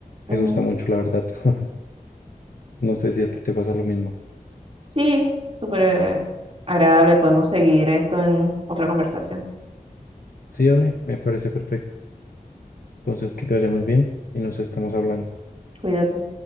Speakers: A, on the right; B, on the left.
A: Ujú.
B: Me gusta mucho, la verdad. <laughs> No sé si a ti te pasa lo mismo.
A: Sí, súper eh, agradable. Podemos seguir esto en otra conversación.
B: Sí, Ale, me parece perfecto. Entonces, que te vaya muy bien y nos estamos hablando.
A: Cuídate.